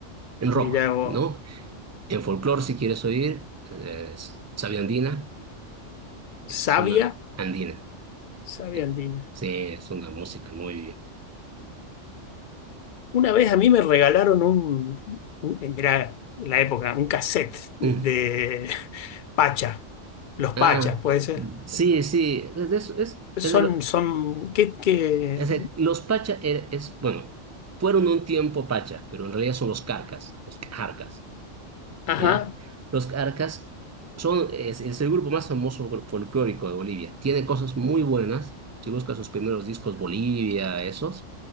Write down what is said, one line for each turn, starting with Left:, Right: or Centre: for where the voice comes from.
Right: En
Left: mirá
Right: rock,
Left: vos.
Right: ¿no? En folclore, si quieres oír, eh, es Sabia Andina, es
Left: Sabia,
Right: una andina.
Left: sabia
Right: Eh,
Left: andina.
Right: Sí, es una música muy...
Left: Una vez a mí me regalaron un, un- eh, mirá, la época, un cassette de
Right: Mm.
Left: <laughs> Pacha, los Pachas,
Right: Ah,
Left: puede ser.
Right: sí, sí, es, es, es,
Left: Son,
Right: es de lo-
Left: son, ¿qué, qué?
Right: es de- los Pacha, era- es, bueno, fueron un tiempo Pacha, pero en realidad son los Carcas, los Jarcas.
Left: Ajá,
Right: ¿ya? Los Arcas son, es, es el grupo más famoso gru- folclórico de Bolivia. Tiene cosas muy buenas. Si buscas sus primeros discos Bolivia, esos,